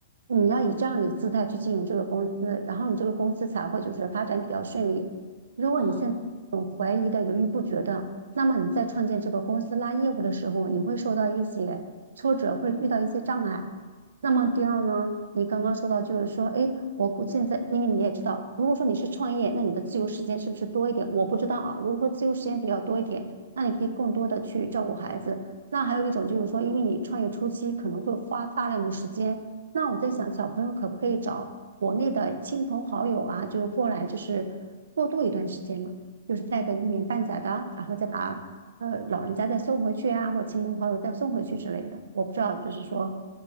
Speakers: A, on the right; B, on the left.
A: 你要以这样的一个姿态去经营这个公司，
B: 嗯
A: 然后你这个公司才会就是发展比较顺利。如果你现在有怀疑的、
B: 啊
A: 犹豫不决的，那么你在创建这个公司拉业务的时候，你会受到一些挫折，会遇到一些障碍。那么第二呢，
B: 嗯。
A: 你刚刚说到就是说，哎，我不现在，因为你也知道，如果说你是创业，那你的自由时间是不是多一点？我不知道啊。如果说自由时间比较多一点，那你可以更多的去照顾孩子。那还有一种就是说，因为你创业初期可能会花大量的时间。那我在想，小朋友可不可以找国内的亲朋好友啊，就是过来，就是过渡一段时间嘛，就是带个一年半载的，然后再把呃老人家再送回去啊，或亲朋好友再送回去之类的。我不知道，就是说